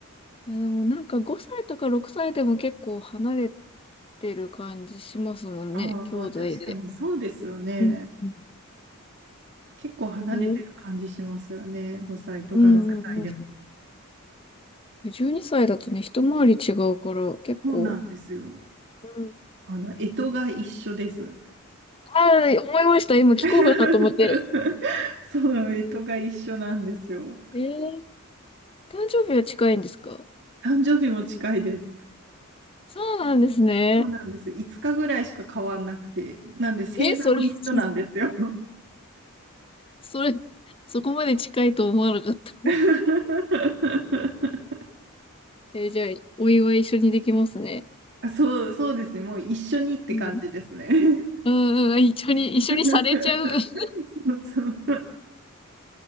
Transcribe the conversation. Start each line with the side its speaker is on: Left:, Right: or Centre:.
Left: あ、でもなんか5歳とか6歳でも結構離れてる感じしますもんね、
Right: ああ、
Left: 兄弟で。
Right: 確かにそうですよね。
Left: うんう
Right: 結構離れてる感じしますよね。
Left: ん
Right: 5歳とか6歳でも。
Left: うんうんうん12歳だとね、一回り違うから、結構。
Right: そうなんですよ。
Left: うん。
Right: あの、干支が一緒です。
Left: あ思いました。今聞こうかなと思って。
Right: <laughs> そう、干支が一緒なんですよ。
Left: えー、誕生日は近いんですか
Right: 誕生日も近いです。
Left: そうなんですね。
Right: そうなんです。5日ぐらいしか変わんなくて。なんで星座も一緒なんですよ。
Left: え、それ、<laughs> それ、そこまで近いと思わなかった。
Right: <laughs>
Left: えーじゃあ、お祝い一緒にできますね。
Right: あそう、そうですね。もう一緒にって感じですね。
Left: うん。
Right: うん
Left: うんうん、一緒に、
Right: <laughs> そうそう。
Left: 一緒にされちゃう。<laughs>